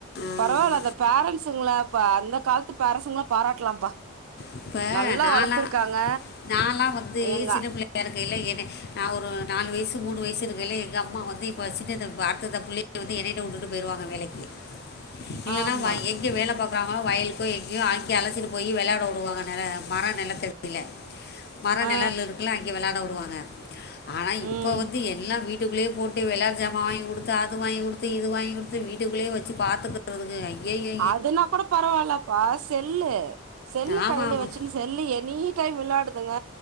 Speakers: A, on the left; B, on the right.
A: ஆமா.
B: பரவால்ல அந்த பேரன்ட்ஸுங்களா அந்த காலத்து பேரன்ட்ஸுங்களா பாராட்டலாம்ப்பா
A: இப்ப
B: நல்லா
A: நாலா
B: வளத்துருக்காங்க
A: நாலா வந்து
B: எங்க
A: சின்ன புள்ள எனக்கு இல்லையேன்னு நா ஒரு நாலு வயசு மூணு வயசு இருக்கைல எங்க அம்மா வந்து இப்ப சின்னத அடுத்தடுத்த புள்ளை வந்து என்னைட்ட உட்டுட்டு போயிருவாங்க வேலைக்கு இல்லனா
B: ஆமா
A: வய எங்கே வேல பாக்குறாங்களோ வயலுக்கோ எங்கேயோ அங்க அழச்சிட்டு போய் வெளாட உடுவாங்க ந மர நிலத்தடில மர
B: ஆ
A: நிழல் இருக்குல அங்க விளாட உடுவாங்க ஆனா இப்ப
B: ம்
A: வந்து எல்லா வீட் வீட்டுள்ளேயே போட்டு வெளாட்டு ஜாம வாங்கி குடுத்து அது வாங்கி குடுத்து இது வாங்கி குடுத்து வீட்டுக்குள்ளயே வச்சு பாத்துக றதுக்கு அய்யய்ய
B: அதுனா கூட பரவாலப்பா செல்லு செல்லு
A: ஆமாம்
B: கைல
A: ஆமாம்
B: வச்சுன்னு செல்லு எனி டைம் விளாடுதுங்க